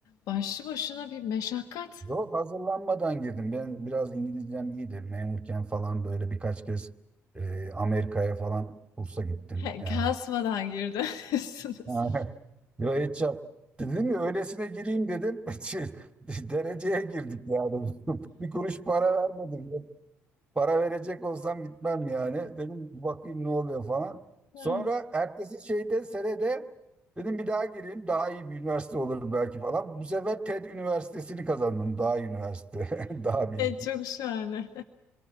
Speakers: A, on the left; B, on the right.
A: başlı başına bir meşakkat
B: Yok hazırlanmadan girdim. Ben biraz İngilizcem iyiydi. Memurken falan böyle birkaç kez e, Amerika'ya falan kursa gittim.
A: <laughs> He,
B: Yani
A: kasmadan girdiniz.
B: <laughs> Yo, hiç yap. Dedim ya öylesine gireyim dedim. <laughs> Şey, Dereceye girdik yani. <laughs> Bir kuruş para vermedim. Para verecek olsam gitmem yani. Dedim bakayım ne oluyor falan.
A: <laughs>
B: Sonra ertesi şeyde senede dedim bir daha gireyim. Daha iyi bir üniversite olur belki falan. Bu sefer TED Üniversitesi'ni kazandım. Daha iyi üniversite. <laughs> Daha bir iyi.
A: Çok şahane.